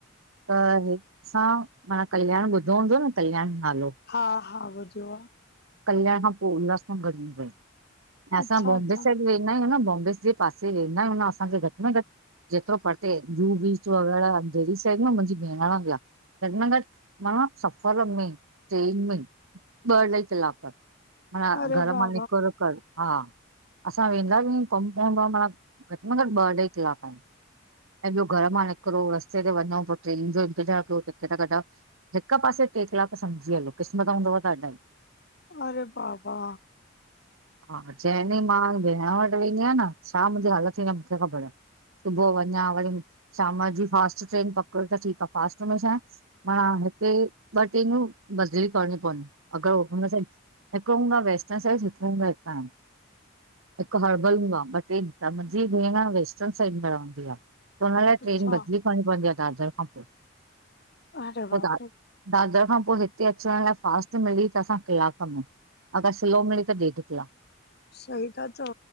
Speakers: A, on the right (about 90°); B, on the left (about 50°).
A: त हितसां मा कल्याण ॿुधो हूंदो न कल्याण नालो।
B: हा हा बुध्यो आ।
A: कल्याण खां पो उल्हास नगर इंदो आ ऐ असां
B: अच्छा
A: बॉम्बे
B: अच्छा
A: साइड। वेंदा आहियूं न बॉम्बे जे पासे वेंदा आहियूं न असांखे घट में घट। जेतरो परते जूहू बीच वग़ैरह जहिड़ी साइड न मुंहिंजी भेण रहंदी आ। घट में घट मानो सफ़र में ट्रेन में ॿ अढ़ाई कलाक। पडा
B: अरे
A: घर
B: वाह
A: मा नीकुर कर। हा असां वेंदा बि कम पवंदो आ माना घट् मे घट् ॿ अढाई कलाक आहिन। एं ब्यो घर मां निकरो रस्ते ते वञऊ पो ट्रेन जो इंतज़ार कयो टिकट कड़ा। हिक पासे ट्रे कीलाक सम्झी हलो क़िस्मत हूंदव त अढ़ाई।
B: अरे बाबा।
A: <inaudible> हा जे डींह मां बेहण वट वेंदीयां न छा मुंहिंजी हालत थींदी आ मूंखे ख़बर सुबुह अज्। या वरी शाम जी फास्ट ट्रेन पकड़ त ठीका फास्ट में छा। हाना हिते ॿ टेन्यू बदली करणी पवंन अगर हुनसां। हिक हूंदो वेस्टर्न साइड सुठो हूंदो हितां। हिक हर्बल हूंदो आ ॿ टे मुंहिंजी भे वेस्टर्न साइड में रहंदी आ। त हुन लाइ ट्रेन
B: अच्छा
A: बदली करणी पवंदी आ दादर खां पोइ,
B: अरे
A: पो
B: बाप
A: दाद।
B: रे
A: दादर खां पो हिते अचण लाइ फास्ट मिली त असां कलाक में। अगर स्लो मिली त ॾेड किलाक।
B: सही ता चओ